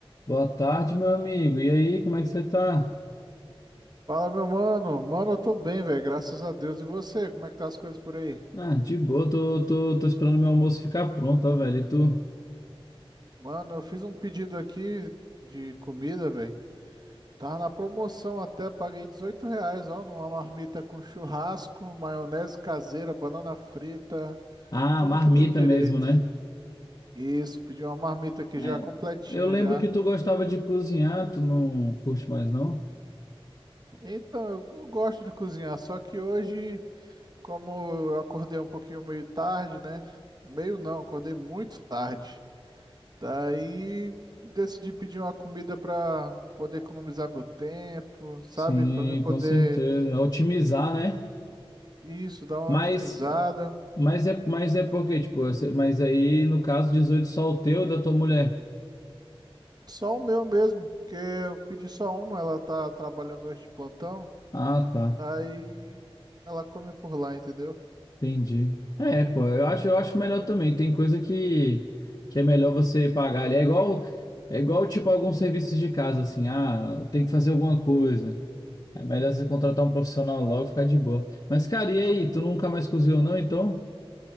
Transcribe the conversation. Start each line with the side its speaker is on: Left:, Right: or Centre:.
Left: Boa tarde, meu amigo. E aí, como é que você tá?
Right: Fala, meu mano. Mano, eu tô bem, velho, graças a Deus. E você, como é que tá as coisas por aí?
Left: Ah, de boa, tô, tô, tô esperando meu almoço ficar pronto, ó, velho. E tu?
Right: Mano, eu fiz um pedido aqui de comida, velho. Tava na promoção até, paguei 18 reais, ó, numa marmita com churrasco, maionese caseira, banana frita,
Left: Ah,
Right: tudo
Left: marmita
Right: que tem direito.
Left: mesmo, né?
Right: Isso, pedi uma marmita aqui já
Left: É.
Right: completinha
Left: Eu lembro
Right: já.
Left: que tu gostava de cozinhar, tu não curte mais, não?
Right: Então, eu, eu gosto de cozinhar, só que hoje, como eu acordei um pouquinho meio tarde, né? Meio não, acordei muito tarde. Daí decidi pedir uma comida para poder economizar meu tempo, sabe?
Left: Sim,
Right: Para me poder
Left: com certeza. Otimizar, né?
Right: isso, dar uma
Left: Mas,
Right: otimizada.
Left: mas é, mas é porque, tipo, esse- mas aí, no caso, 18 só o teu e da tua mulher.
Right: Só o meu mesmo, porque eu pedi só uma, ela tá trabalhando hoje de plantão.
Left: Ah, tá.
Right: Aí ela come por lá, entendeu?
Left: Entendi. É, pô, eu acho, eu acho melhor também. Tem coisa que, que é melhor você pagar ali. É igual, é igual, tipo, alguns serviços de casa, assim, ah, tem que fazer alguma coisa. É melhor você contratar um profissional logo e ficar de boa. Mas, cara, e aí? Tu nunca mais cozinhou, não, então?